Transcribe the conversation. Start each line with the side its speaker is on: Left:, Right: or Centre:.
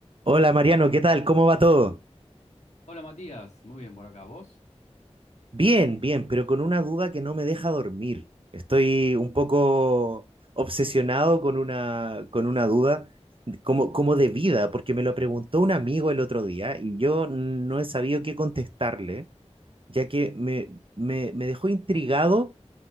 Right: Hola Mariano, ¿qué tal? ¿Cómo va todo?
Left: Hola Matías, muy bien por acá, ¿vos?
Right: Bien, bien, pero con una duda que no me deja dormir. Estoy un poco obsesionado con una, con una duda como, como de vida, porque me lo preguntó un amigo el otro día y yo no he sabido qué contestarle, ya que me, me, me dejó intrigado